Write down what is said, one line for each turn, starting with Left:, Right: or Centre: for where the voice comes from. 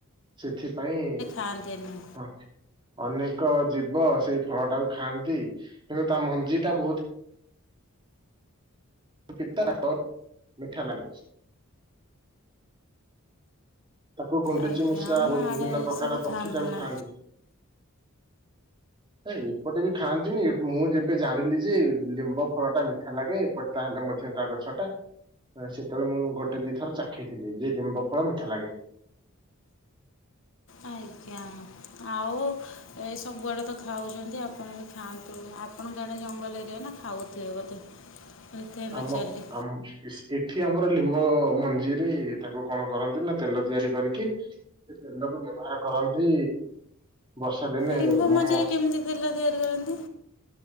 Right: ସେଥି ପାଇଁ
Left: ଖାନ୍ତିିନି।
Right: ହଁ ଅନେକ ଜୀବ ସେଇ ଫଳଟାକୁ ଖାଆନ୍ତି କିନ୍ତୁ ତା ମଞ୍ଜିଟା ବହୁତ ପିତାତ ମିଠା ଲାଗେ ଚ୍। ତାକୁ ଗୁଣ୍ଡୁଚି
Left: ଆଜ୍ଞା
Right: ମୂଷା
Left: ଆମ
Right: ବହୁତ୍ ବିଭିନ୍ନ
Left: ଆଡ଼େ
Right: ପ୍ରକାର
Left: ସବୁ
Right: ପକ୍ଷୀ ତାକୁ
Left: ନା
Right: ଖାଆନ୍ତି। ଏ ଏପଟେ ବି ଖାଆନ୍ତିନି ମୁଁ ଯେବେ ଜାଣିଲି ଯେ ଲିମ୍ବ ଫଳ ଟା ମିଠା ଲାଗେ ଏପ୍ ତାହେଲେ ମଧ୍ୟ ତା ଗଛ ଟା ସେତେବେଳେ ମୁଁ ଗୋଟେ ଦିଇଥର ଚାଖି ଥିଲି ଯେ ଲିମ୍ବ ଫଳ ମିଠା ଲାଗେ।
Left: ଆଜ୍ଞା ଆଉ ଏଇ ସବୁଆଡ଼େ ତ ଖାଉଛନ୍ତି ଆପଣ ବି ଖାଆନ୍ତୁ ଆପଣଙ୍କ ଆଡ଼େ ଜଙ୍ଗଲ ଏରିଆ ନା ଖାଉଥିବେ ବୋଧେ? ସେଥିପାଇଁ
Right: ଆମ
Left: ପଚାରିଲି
Right: ଆମ ଇସ ଏଠି ଆମର ଲିମ୍ବ ମଞ୍ଜିରେ ତାକୁ କଣ କରନ୍ତି ନା ତେଲ ତିଆରି କରିକି ସେ ତେଲକୁ ବ୍ୟବହାର କରନ୍ତି ବର୍ଷା ଦିନେ
Left: ଲିମ୍ବ ମଞ୍ଜିରେ
Right: ମସ
Left: କେମିତି ତେଲ ତିଆରି କରନ୍ତି